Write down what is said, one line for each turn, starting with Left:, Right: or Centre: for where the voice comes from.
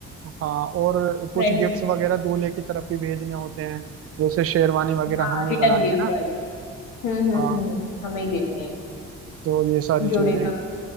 Right: हाँ और कुछ
Left: फ्रेंड्स
Right: गिफ्ट्स वगैरह दूल्हे की तरफ भी भेजने होते हैं जैसे शेरवानी वगैरह
Left: हाँ
Right: हम नहीं
Left: रिटर्न
Right: बनानी
Left: गिफ्ट
Right: है ना
Left: वाले हम्म हम्म
Right: हाँ
Left: हम्म हमें ही देनी है
Right: तो ये सारी
Left: जोड़े
Right: चीजें हैं
Left: का